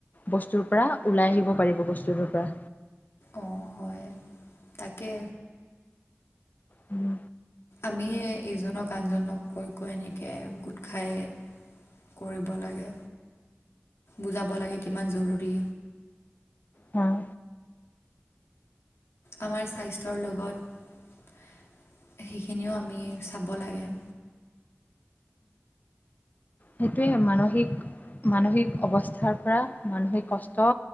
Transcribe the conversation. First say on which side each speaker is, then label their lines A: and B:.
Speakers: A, on the left (about 40°); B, on the left (about 85°).
A: বস্তুৰ পৰা ওলাই আহিব পাৰিব, বস্তুটোৰ পৰা।
B: অঁ, হয়, তাকে।
A: উম।
B: আমিয়ে ইজনক আনজনক কৈ কৈ এনেকৈ গোট খায় কৰিব লাগে, বুজাব লাগে, কিমান জৰুৰী।
A: হম।
B: আমাৰ স্বাস্থ্যৰ লগত সেইখিনিও আমি চাব লাগে।
A: সেইটোৱে, মানসিক-মানসিক অৱস্থাৰ পৰা মানসিক কষ্ট